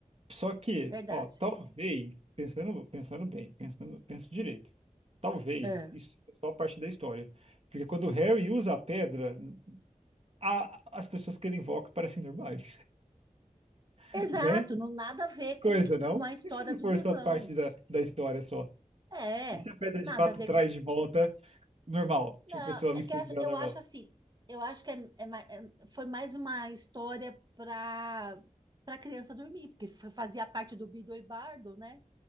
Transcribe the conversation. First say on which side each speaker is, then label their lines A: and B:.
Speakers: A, on the right (about 50°); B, on the right (about 30°).
A: Só que,
B: Verdade.
A: ó, talvez, pensando, pensando bem, pensando, penso direito. Talvez
B: É.
A: isso é só parte da história. Porque quando o Harry usa a pedra, a- as pessoas que ele invoca parecem normais, <laughs>
B: Exato,
A: né?
B: não nada a ver
A: Que coisa,
B: com,
A: não?
B: com a história
A: E se isso
B: dos
A: for
B: irmãos.
A: só parte da, da história só?
B: É,
A: E se a pedra
B: nada
A: de fato
B: a ver
A: traz
B: com,
A: de volta normal?
B: Não,
A: Tipo, pessoa,
B: é
A: o espírito
B: que eu acho,
A: dela
B: eu
A: normal.
B: acho assim, eu acho que é, é ma- é- foi mais uma história para para criança dormir, porque fa- fazia parte do Bido e Bardo, né?